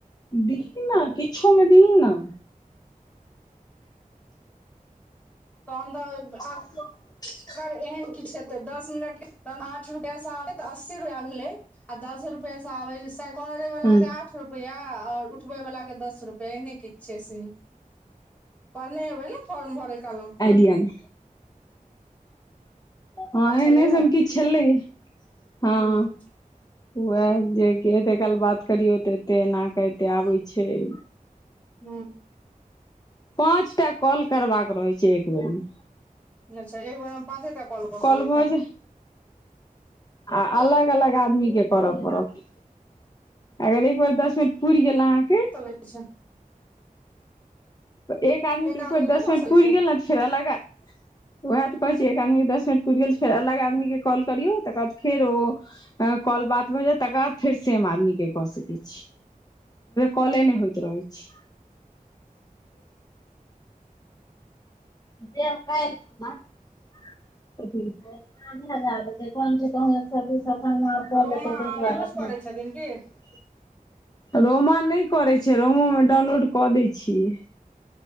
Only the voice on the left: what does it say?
दीही ने किछमे दीही ने
हं
ह
किया ने हँ
एने
से हम कि छलै
हँ उएह जे एतेक काल बात करियौ तऽ एते एना कऽ एते आबै छय
पाँच टा कॉल करबाक रहय छै एक बेर में
कॉल
भऽ
जाय आ अलग अलग आदमीे के करऽ पड़त अगर एक बेर दस मिनट पुइर गेल अहाँके
एक आदमीे एक
बेर दस
मिनट
पुइर
गेल नेऽत फेर लगा उएह तऽ कहय छी एक आदमी के दस मिनट पूरि गेल त फेर अलग आदमी के कॉल करियौ तकर बाद फेर ओ कॉल बात भऽ जैत तकर बाद फेर सेम आदमी के कऽ सकैत छी कले नय होइत रहै छै <inaudible> से अब काल्हि खन <unintelligible> समे आब कऽ लेतइ ताहि दुआरे
नहि
छै
रोमा नय करै छै रोमोमे डाउनलोड कऽ दै छियै